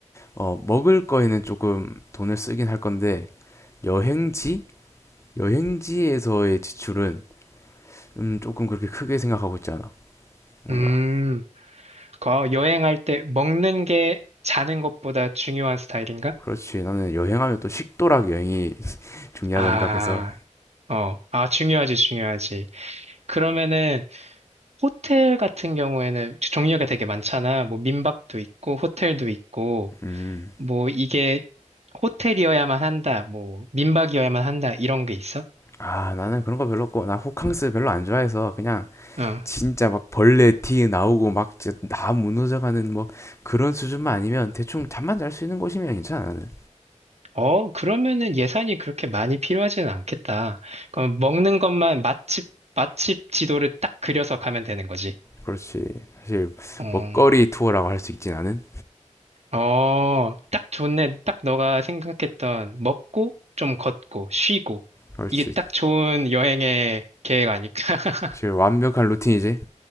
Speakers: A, on the left (about 20°); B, on the right (about 55°).
A: 어, 먹을 거에는 조금 돈을 쓰긴 할 건데 여행지? 여행지에서의 지출은 음, 조금 그렇게 크게 생각하고 있지 않아. 뭔가.
B: 음, 거 여행할 때 먹는 게 자는 것보다 중요한 스타일인가?
A: 그렇지. 나는 여행하면 또 식도락 여행이 <laughs> 중요하다
B: 아,
A: 생각해서
B: 어, 아, 중요하지, 중요하지. 그러면은 호텔 같은 경우에는 종류가 되게 많잖아. 뭐 민박도 있고, 호텔도 있고,
A: 음.
B: 뭐 이게 호텔이어야만 한다, 뭐 민박이어야만 한다, 이런 게 있어?
A: 아, 나는 그런 거 별로 없고 나 호캉스 별로 안 좋아해서 그냥
B: 응.
A: 진짜 막 벌레 티 나오고 막 진짜 다 무너져가는 뭐 그런 수준만 아니면 대충 잠만 잘 수 있는 곳이면 괜찮아 나는.
B: 어, 그러면은 예산이 그렇게 많이 필요하지는 않겠다. 그럼 먹는 것만 맛집, 맛집 지도를 딱 그려서 가면 되는 거지.
A: 그렇지 사실
B: 어,
A: 먹거리 투어라고 할 수 있진 않은
B: 어, 딱 좋네. 딱 너가 생각했던 먹고, 좀 걷고, 쉬고.
A: 그렇지
B: 이게 딱 좋은 여행의 계획 아닐까? <laughs>
A: 사실 완벽한 루틴이지